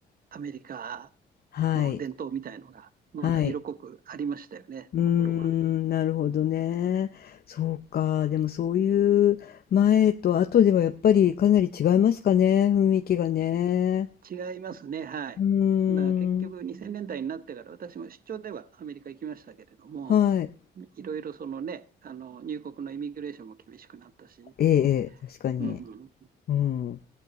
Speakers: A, on the right; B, on the left.
A: アメリカ
B: はい、
A: の伝統みたいのが、まだ色濃くありましたよね、
B: はい。うーん、
A: その頃は。
B: なるほどね。
A: うん、
B: そうか、でもそういう前と後ではやっぱりかなり違いますかね、雰囲気がね。
A: 違いますね、はい。
B: うーん、
A: だから結局、2000年代になってから、私も出張ではアメリカ行きましたけれども、
B: はい。
A: いろいろそのね、あの入国のイミグレーションも厳しくなったし、
B: ええええ、確かに。
A: うんうん、
B: うん、